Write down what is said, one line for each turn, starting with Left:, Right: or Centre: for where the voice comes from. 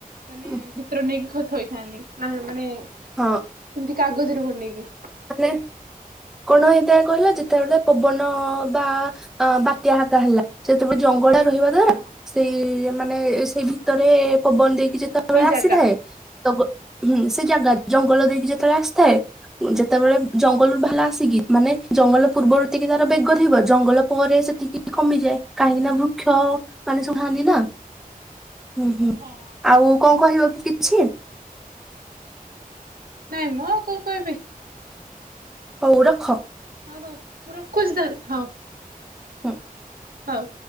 Right: ମାନେ
Centre: ହୁଁ
Right: ଚିତ୍ର ନେଇକି ଖତ ହେଇଥାନ୍ତି ମାନେ
Centre: ହଁ।
Right: ଏମିତି କାଗଜରେ ବନେଇକି।
Centre: ମାନେ କଣ ହେଇଥା କହିଲ ଯେ ଯେତେବେଳେ ପବନ ବା ବାତ୍ୟା ହାକା ହେଲା ସେତେବେଳେ ଜଙ୍ଗ ରହିବା ଦ୍ଵାରା
Right: ହଁ
Centre: ସେଇ ମାନେ ସେଇ ଭିତରେ
Right: ହଁ
Centre: ପବନ ଦେଇକି ଯେତେବେଳେ
Right: ସେଇ
Centre: ଆସିଥାଏ
Right: ଜାଗା
Centre: ତ ହୁଁ ସେ ଜାଗା
Right: ହଁ
Centre: ଜଙ୍ଗଲ ଦେଇକି ଯେତେବେଳେ ଆସିଥାଏ। ଯେତେବେଳେ ଜଙ୍ଗଲରୁୁ ବାଲା ଆସିକି ମାନେ ଜଙ୍ଗଲ ପୂର୍ବରୁତିକି ତାର ବେଗ ଥିବ ଜଙ୍ଗଲ ପରେ ସେତ୍ ଏତିକି କମିଯାଏ କାହିଁକି ନା ବୃକ୍ଷ ମାନଷ
Right: ହଁ।
Centre: ଖଥାଆନ୍ତି ନା। ହୁଁ ହୁଁ
Right: ହଁ
Centre: ଆଉ କଣ କହିବ କି କିଛି?
Right: ନାଇଁ ମୁଁ ଆଉ କୋଉ କହିବି।
Centre: ହଉ ରଖ।
Right: ହଁ ହଁ ମୁଁ ରଖୁଛି ଧାନ ହଁ।
Centre: ହଁ।
Right: ହଉ।